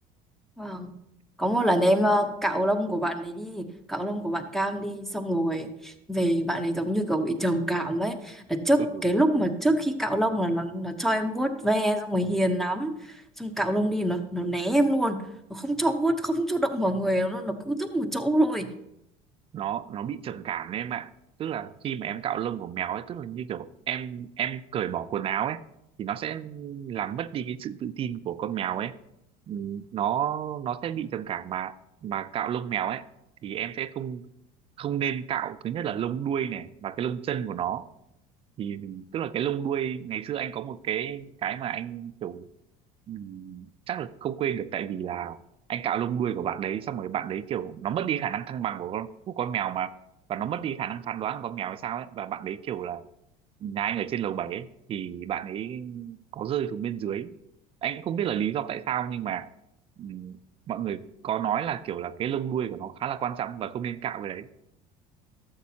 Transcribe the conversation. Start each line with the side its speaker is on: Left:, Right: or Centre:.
Centre: vâng. có một lần em ờ, cạo lông của bạn ấy đi cạo lông của bạn Cam đi xong rồi về bạn ấy giống như kiểu bị trầm cảm ấy là trước
Right: ừ,
Centre: cái lúc mà trước khi cạo lông là nó nó cho em vuốt ve xong rồi
Right: ừ.
Centre: hiền lắm xong cạo lông đi nó nó né em luôn nó không cho vuốt không cho động vào người nó nó cứ thúc một chỗ thôi
Right: nó nó bị trầm cảm đấy em ạ tức là khi mà em cạo lông của mèo ấy tức là như kiểu em em cởi bỏ quần áo ấy thì nó sẽ làm mất đi cái sự tự tin của con mèo ấy Ừ, nó nó sẽ bị trầm cảm mà mà cạo lông mèo ấy thì em sẽ không không nên cạo thứ nhất là lông đuôi này và cái lông chân của nó thì tức là cái lông đuôi ngày xưa anh có một cái cái mà anh kiểu Ừm, chắc là không quên được tại vì là anh cạo lông đuôi của bạn đấy xong rồi bạn đấy kiểu nó mất đi khả năng thăng bằng của con, của con mèo mà và nó mất đi khả năng phán đoán của con mèo hay sao ấy và bạn đấy kiểu là nhà anh ở trên lầu 7 ấy thì bạn ấy có rơi xuống bên dưới anh cũng không biết là lý do tại sao nhưng mà ừm, mọi người có nói là kiểu là cái lông đuôi của nó khá là quan trọng và không nên cạo cái đấy